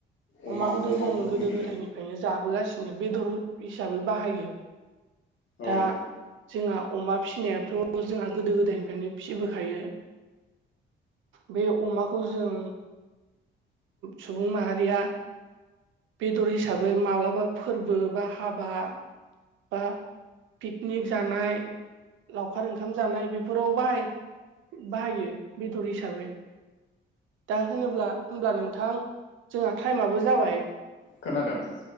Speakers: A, on the left; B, on the right.
A: अमा
B: अमाखौथ'
A: अमाखौ
B: जों गोदो
A: बुंदो
B: गोदायनिफ्रायनो
A: दे
B: जाबोगासिनो बेदर हिसाबै बाहायो
A: औ
B: दा जोंहा अमा फिसिनायाबोथ' जोंहा गोदो गोदायनिफ्रायनो फिसिबोखायो बे अमाखौ जों सुबुं माहारिया बेदर हिसाबै माब्लाबा फोरबो बा हाबा बा पिकनिक जानाय लावखार ओंखाम जानाय बेफोराव बाहाय बाहायो बेदर हिसाबै दा होनोब्ला होनब्ला नोंथां जोंहा टाइमाबो जाबाय
A: खोनादों